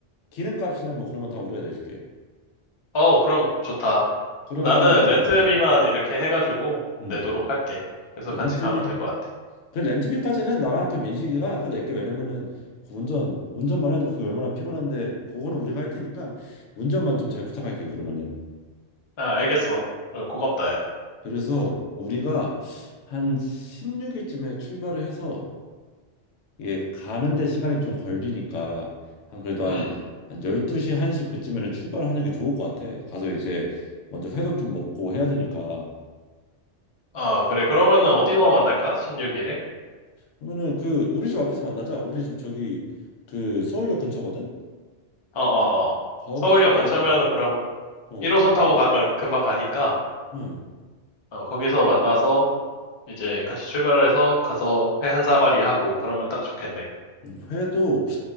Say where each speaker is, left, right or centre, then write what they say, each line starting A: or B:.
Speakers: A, on the left (about 80°); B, on the left (about 40°).
A: 기름값이나 뭐 그런 건 다 우리가 내줄게
B: 어, 그럼 좋다.
A: 그러면은
B: 그럼 나는
A: 이제
B: 렌트비만
A: 응,
B: 이렇게 해가지고
A: 응.
B: 내도록 할게. 그래서
A: 렌트비
B: 같이 가면 될 것 같아.
A: 그 렌트비까지는 나랑 그 민식이가 그거 낼게 왜냐면은 그 운전 운전만 해도 그게 얼마나 피곤한데 그거는 우리가 할 테니까 운전만 좀 잘 부탁할게 요 그러면은
B: 아, 알겠어. 어, 고맙다, 야.
A: 그래서 우리가 한 16일쯤에 출발을 해서 이게 가는데 시간이 좀 걸리니까 한 그래도 한
B: 음.
A: 한 12시 1시 그쯤에는 출발하는 게 좋을 것 같아 가서 이제 먼저 회도 좀 먹고 해야 되니까
B: 아, 그래. 그러면은 어디서 만날까? 16일에?
A: 그러면은 그 우리 집 앞에서 만나자 우리 집 저기 그 서울역 근처거든
B: 어, 어, 어.
A: 거기서
B: 서울역 근처면은
A: 아예
B: 그러면
A: 어
B: 1호선
A: 거기서
B: 타고 가면 금방 가니까,
A: 응.
B: 어, 거기서 만나서 이제 같이 출발해서 가서 회 한 사발이 하고 그러면 딱 좋겠네.
A: 응, 회도